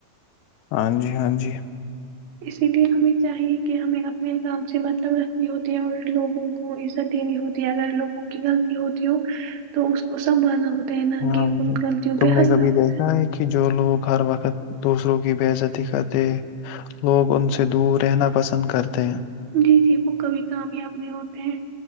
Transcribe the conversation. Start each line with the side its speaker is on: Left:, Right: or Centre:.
Left: ہاں جی ہاں جی
Right: اسی لیے ہمیں چاہیے کہ ہمیں اپنے کام سے مطلب رکھنی ہوتی ہے اور لوگوں کو عزت دینی ہوتی ہے اگر لوگوں کی غلطی ہوتی ہو تو اس کو سنبھالنا ہوتا ہے نہ
Left: ہاں
Right: کہ ان
Left: جی
Right: غلطیوں
Left: تم
Right: پہ
Left: نے
Right: ہنسنا
Left: کبھی دیکھا
Right: ہوتا
Left: ہے کہ جو لوگ ہر وقت دوسروں کی بےزتی کرتے لوگ ان سے دور رہنا پسند کرتے ہیں
Right: جی جی وہ کبھی کامیاب نہیں ہوتے ہیں